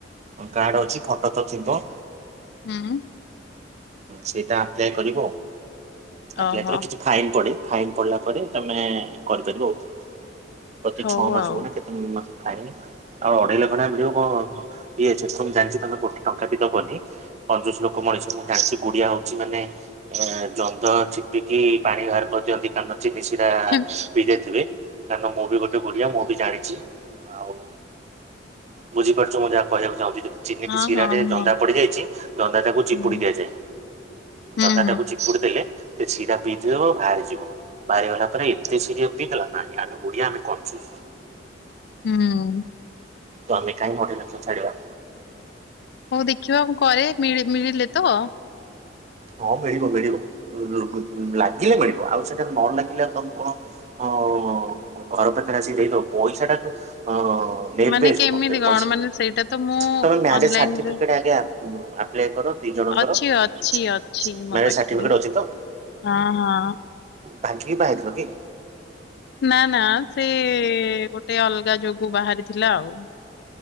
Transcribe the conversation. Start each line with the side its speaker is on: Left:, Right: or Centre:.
Right: କାର୍ଡ ଅଛି ଫଟ ତ ଥିବ।
Left: ହୁଁ।
Right: ସେଇଟା ଆପ୍ଲାଏ କରିବ ଆପ୍ଲାଏ
Left: ଓହୋ
Right: କଲେ କିଛି ଫାଇନ୍ ପଡେ ଫାଇନ୍ ପଡିଲା ପରେ ତମେ କରିପାରିବ ଆଉ ପ୍ରତି
Left: ହଉ
Right: ଛଅ ମାସକୁ
Left: ଆଉ
Right: ନା କେତେ ହୁଁ ନ ଥାଏ ଆଉ ଅଢ଼େଇ ଲେଖେ ଖଣ୍ଡେ ମିଳିବ କଣ ଇଏ ଏଛ ସବୁ ଜାଣିଚି ତମେ ଗୋଟେ ଟଙ୍କା ବି ଦବନି କଞ୍ଜୁସ ଲୋକ ମଣିଷ ମୁଁ ଜାଣିଛି ଗୁଡିଆ ହଉଚି ମାନେ ଏ ଜନ୍ଦ ଚିପିକି ପାଣି ବାହାର କରିଦିଅନ୍ତି। <unintelligible>
Left: ହୁଁ,
Right: ପିଦେଇ ଥିବେ କାରଣ ମୁଁ ବି ଗୋଟେ ଗୁଡିଆ ମୁଁ ବି ଜାଣିଛି ଆଉ ବୁଝି ପାରୁଚୁ ମୁଁ ଯହା କହିବା ଚାହୁଁଚି ଯେ ଚିନି
Left: ହଁ
Right: ବି ଶିରାରେ
Left: ହଁ ହଁ।
Right: ଜନ୍ଦା ପଡ଼ିଯାଇଚି ଜନ୍ଦାଟାକୁ ଚିପୁଡ଼ି
Left: ହୁଁ
Right: ଦିଆଯାଏ
Left: ହୁଁ
Right: ଜନ୍ଦାଟାକୁ ଚି ଚିପୁଡ଼ି ଦେଲେ ସେ ଶିରା ପିଇ ଥିବ ବାହାରି ଯିବ। ବାହାରିଗଲା ପରେ ଏମିତି ସିଆ ପିଇଗଲା ନାହି ଆମେ ଗୁଡିଆ ଆମେ କୁୁରୁଚୁ।
Left: ହୁଁ।
Right: ତମେ କାଇଁ <unintelligible> ଛାଡ଼ିବ।
Left: ହଉ ଦେଖିବା ମୁଁ କରେ ମି ମିଳିଲେ ତ-
Right: ହଁ ମିଳିବ ମିଳିବ ଉ ଲାଗିଲେ ମିଳିବ ଆଉ ସେଠାରେ ନ ଲାଗିଲେ ଆଉ ତମେ କଣ ଅ ଘର ପାଖରେ ଆସିକି ଦେଇଦବ ପଇସାଟା ତ ଅ- ଦେବେ
Left: ମାନେ କେମିତି
Right: ସବୁ ମତେ
Left: କଣ
Right: ପଇସା
Left: ମାନେ ସେଇଟା ତ ମୁଁ
Right: ତୋ ମ୍ୟରେଜ୍
Left: ଅନଲାଇନ
Right: ସାର୍ଟିଫିକେଟ
Left: ରେ
Right: ଆଗେ ଆଣନୁ ଆ ପ୍ଲେ କର ଦି ଜଣଙ୍କର
Left: ଅଛି ଅଛି ଅଛି।
Right: ମ୍ୟାରେଜ
Left: ମୋ ପାଖରେ
Right: ସାର୍ଟିଫିକେଟ୍ ଅଛି ତ।
Left: ହଁ ହଁ।
Right: ଭାଗିକି ବାହାହେଇ ଥିଲ କି?
Left: ନା ନା ସେ ଗୋଟେ ଅଲଗା ଯୋଗୁ ବାହାରିଥିଲା ଆଉ।